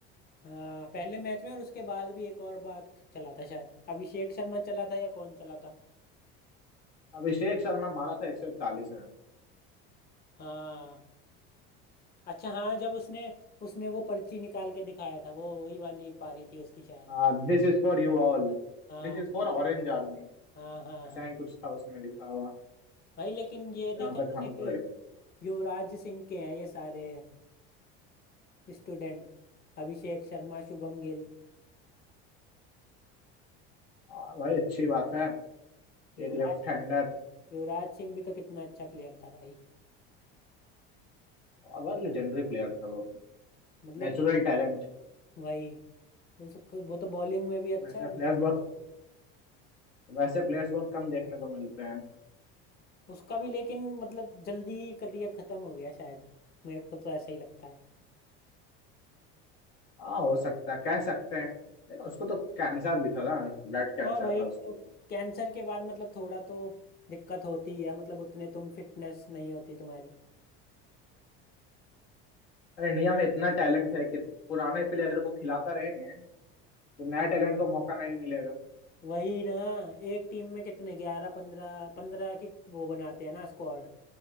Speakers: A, on the left; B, on the left.
A: हाँ पहले मैच में और उसके बाद भी एक और बार ख- चला था शायद अभिषेक शर्मा चला था या कौन चला था
B: अभिषेक शर्मा मारा था 141 रन
A: हाँ अच्छा हाँ जब उसने उसने वो पर्ची निकाल के दिखाया था वो वही वाली पारी थी उसकी शायद
B: हाँ this is for you all
A: हाँ
B: This is for ऑरेंज आर्मी
A: हाँ हाँ
B: ऐसा
A: हाँ
B: ही कुछ था उसमें लिखा हुआ
A: भाई लेकिन ये देखा
B: जहाँ तक
A: तूने
B: हमको
A: कि
B: है
A: युवराज सिंह के हैं ये सारे स्टूडेंट अभिषेक शर्मा शुभम गिल
B: हाँ भाई अच्छी बात है
A: युवराज
B: एक लेफ्ट हैंडर
A: युवराज सिंह भी तो कितना अच्छा प्लेयर था भाई
B: बहुत लेजेंडरी प्लेयर था वो
A: मतलब
B: Natural talent
A: वही उसको वो तो बॉलिंग में भी अच्छा
B: वैसे
A: और
B: प्लेयर्स
A: बैटिंग
B: बहुत
A: में भी
B: वैसे प्लेयर्स बहुत कम देखने को मिलते हैं
A: उसका भी लेकिन मतलब जल्दी करियर खत्म हो गया शायद मेरे को तो ऐसा ही लगता है
B: हाँ हो सकता है कह सकते हैं लेकिन उसको तो कैंसर भी था ना ब्लड कैंसर
A: हाँ वही
B: था उसको
A: तो
B: तो
A: कैंसर के बाद मतलब थोड़ा तो दिक्कत होती है मतलब उतने तुम फिटनेस नहीं होती तुम्हारी
B: अरे इंडिया में इतना टैलेंट है कि पुराने प्लेयर को खिलाता रहेंगे तो नया टैलेंट को मौका नहीं मिलेगा
A: वही ना एक टीम में कितने ग्यारह पंद्रह पंद्रह की वो बनाते हैं ना स्क्वाड